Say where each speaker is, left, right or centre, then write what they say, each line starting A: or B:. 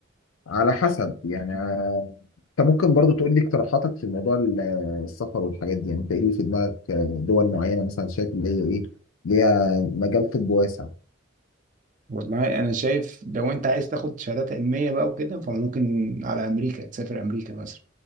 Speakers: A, on the left; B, on the right.
A: على حسب يعني آه، انت ممكن برضو تقول لي اقتراحاتك في موضوع ال- السفر والحاجات دي يعني انت ايه اللي في دماغك آه، دول معينه مثلا شايف اللي هي ايه ليها مجال طب واسع
B: والله انا شايف لو انت عايز تاخد شهادات علميه بقى وكده فممكن على امريكا تسافر امريكا مثلا